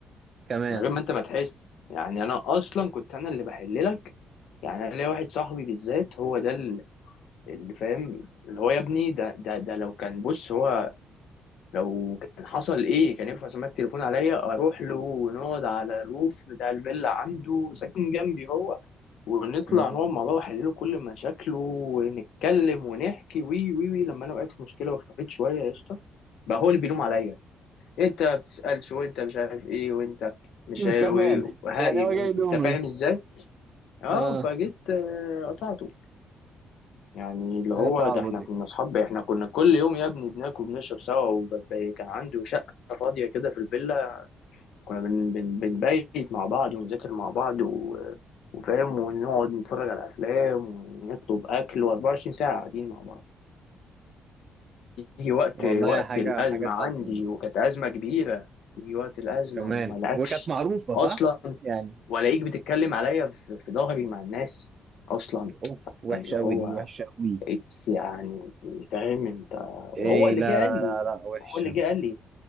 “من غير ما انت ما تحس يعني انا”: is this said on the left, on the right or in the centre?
Left